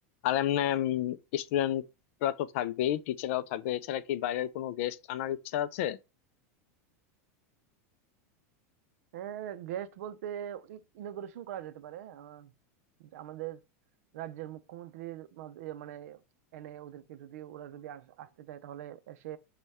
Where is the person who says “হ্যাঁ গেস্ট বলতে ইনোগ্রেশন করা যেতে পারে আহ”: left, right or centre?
Right